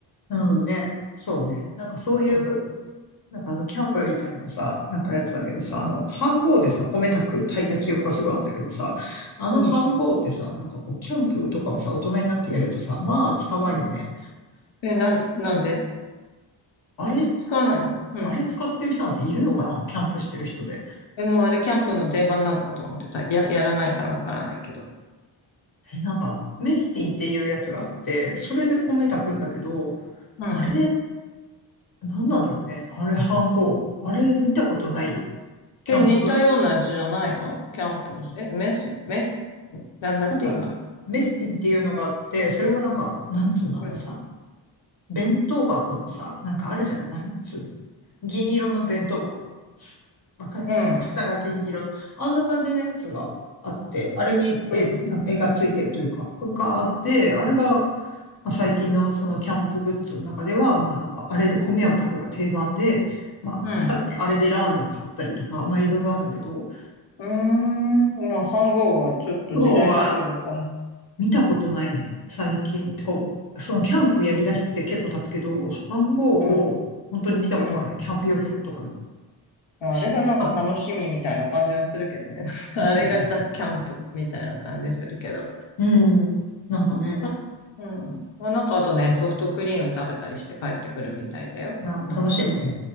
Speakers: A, on the left; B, on the left.
A: うんね。そうね。なんかそういう
B: うん。
A: なんかあの、キャンプみたいなさ、なんかやつだけどさ、あの、飯盒でさ、米炊く、炊いた記憶はすごいあるんだけどさ、あの飯盒ってさ、
B: うん。
A: なんかこう、キャンプとかをさ、大人になってやるとさ、まあ、使わんよね。
B: うんえ、なん、なんで
A: あれ、
B: え、つ、使わないのうん。
A: あれ使ってる人なんているのかなキャンプしてる人で。
B: え、もうあれ、キャンプの定番なのかと思ってた。や、やらないからわからないけど。
A: え、なんか、メスティンっていうやつがあって、それで米炊くんだけど、
B: うん。
A: あれ、なんなんだろうね。あれ、飯盒。あれ、見たことないよ。キャンプ。
B: え、似たようなやつじゃないのキャンプの。え、メス、メス、なんだって今。
A: なんか、メスティンっていうのがあって、それはなんか、なんつうの、あのさ、
B: うん。
A: 弁当箱のさ、なんかあるじゃん。なんつうの。銀色の弁当箱。わかるなんか蓋が銀色の。
B: うん。
A: あんな感じのやつがあって、あれに絵、
B: うん。
A: なんか絵がついてるというか、があって、あれが、まあ、最近のそのキャンプグッズの中では、まあなんかあれで米を炊くが定番で、まあさらにあれでラーメン作ったりとか、
B: うん。
A: まあいろいろあるんだけど、
B: うーん。まあ、飯盒はちょっと時代錯誤か。
A: 今日は見たことないね、最近。てか、そのキャンプやりだして結構経つけど、飯盒を本当に見たことがない、
B: うん。うん。
A: キャンプ用品とかでも。
B: まあ、
A: し、
B: あれがなんか楽しみみたいな感じはするけどね。
A: なんか、
B: <laughs> あれがザ・
A: うん、
B: キャンプみたいな感じするけど。
A: うん、なんかね、
B: まあうん。まあ、なんかあとね、ソフトクリーム食べたりして帰ってくるみたいだよ。
A: あ、
B: なんかあと、
A: 楽しいね。